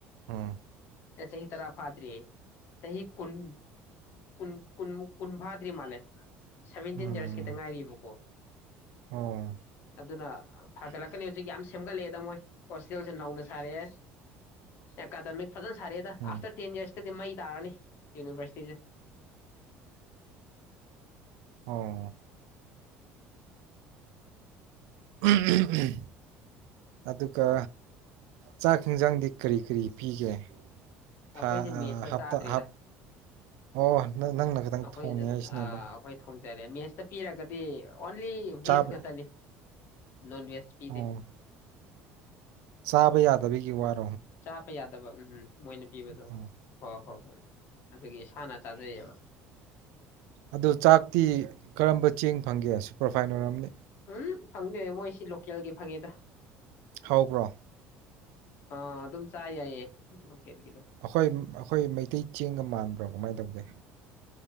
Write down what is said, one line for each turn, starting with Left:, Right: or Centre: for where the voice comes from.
Right: ꯎꯝ
Left: ꯆꯍꯤ ꯇꯔꯥ ꯐꯥꯗꯔꯤ ꯆꯍꯤ ꯀꯨꯟ ꯀꯨꯟ ꯀꯨꯟ ꯀꯨꯟ ꯐꯥꯗꯔꯤ ꯃꯥꯂꯦ ꯁꯚꯦꯟꯇꯤꯟ
Right: ꯎꯝ
Left: ꯏꯌꯔꯁ ꯈꯤꯇ ꯉꯥꯏꯔꯤꯕꯀꯣ
Right: ꯑꯣ
Left: ꯑꯗꯨꯅ ꯐꯥꯒꯠꯂꯛꯀꯅꯤ ꯍꯧꯖꯤꯛ ꯌꯥꯝ ꯁꯦꯝꯒꯠꯂꯛꯑꯦꯗ ꯃꯣꯏ ꯍꯣꯁꯇꯦꯜꯁꯦ ꯅꯧꯅꯥ ꯁꯔꯛꯑꯦ ꯑꯦꯀꯥꯗꯃꯤꯛ ꯐꯖ ꯁꯥꯔꯛꯑꯦꯗ
Right: ꯎꯝ
Left: ꯑꯐꯇꯔ ꯇꯦꯟ ꯏꯌꯔꯁ ꯁꯤꯗꯤ ꯃꯩ ꯇꯥꯔꯅꯤ ꯌꯨꯅꯤꯚꯔꯁꯤꯇꯤꯁꯦ
Right: ꯑꯣ ꯎꯝ ꯎꯝ ꯎꯝ ꯑꯗꯨꯒ ꯆꯥꯛ ꯌꯦꯟꯖꯥꯡꯗꯤ ꯀꯔꯤ ꯀꯔꯤ ꯄꯤꯒꯦ ꯊꯥ
Left: ꯑꯩꯈꯣꯏꯁꯦ ꯃꯦꯁꯇ
Right: ꯍꯞꯇꯥ
Left: ꯆꯥꯗ꯭ꯔꯦꯗ
Right: ꯍꯥꯞ ꯑꯣ ꯅꯪꯅ ꯈꯤꯇꯪ
Left: ꯑꯩꯈꯣꯏꯖꯦ
Right: ꯊꯣꯡꯉꯦ ꯍꯥꯏꯁꯤꯅꯦꯕ
Left: ꯑꯩꯈꯣꯏ ꯊꯣꯡꯖꯔꯦ ꯃꯦꯁꯇ ꯄꯤꯔꯒ ꯄꯤ ꯑꯣꯟꯂꯤ ꯚꯦꯁ
Right: ꯆꯥꯕ
Left: ꯉꯥꯛꯇꯅꯤ ꯅꯣꯟ ꯅꯣꯟꯚꯦꯖ ꯄꯤꯗꯦ
Right: ꯑꯣ ꯆꯥꯕ ꯌꯥꯗꯕꯒꯤ ꯋꯥꯔ
Left: ꯆꯥꯕ ꯌꯥꯗꯕ ꯎꯝꯝ ꯃꯣꯏꯅ ꯄꯤꯕꯗꯣ
Right: ꯑꯣ
Left: ꯍꯣꯏ ꯍꯣꯏ ꯍꯣꯏ ꯑꯗꯨꯒꯤ ꯍꯥꯟꯅ ꯆꯥꯖꯩꯌꯦꯕ
Right: ꯑꯗꯣ ꯆꯥꯛꯇꯤ ꯀꯔꯝꯕ ꯆꯦꯡ ꯐꯪꯒꯦ ꯁꯨꯄꯔꯐꯥꯏꯅ ꯑꯣꯏꯔꯝꯅꯤ
Left: ꯎꯝ ꯐꯪꯗꯦ ꯃꯣꯏꯁꯤ ꯂꯣꯀꯦꯜꯒꯤ ꯐꯪꯉꯦꯗ
Right: ꯍꯥꯎꯕ꯭ꯔꯣ
Left: ꯑ ꯑꯗꯨꯝ ꯆ ꯌꯥꯏꯌꯦ ꯂꯣꯀꯦꯜꯒꯤꯗꯣ
Right: ꯑꯩꯈꯣꯏ ꯑꯩꯈꯣꯏ ꯃꯩꯇꯩ ꯆꯦꯡꯒ ꯃꯥꯟꯕ꯭ꯔꯣ ꯀꯃꯥꯏꯅ ꯇꯧꯒꯦ